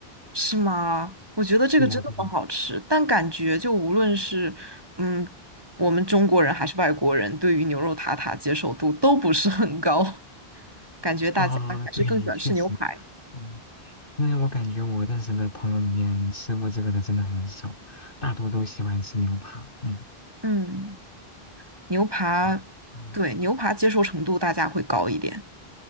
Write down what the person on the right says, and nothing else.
是吗？我觉得这个真的很好吃，
但感觉就无论是嗯，我们中国人还是外国人，对于牛肉塔塔接受度都不是很高，<laughs> 感觉大家还是更喜欢吃牛排。
嗯，牛排，
对，牛排接受程度大家会高一点，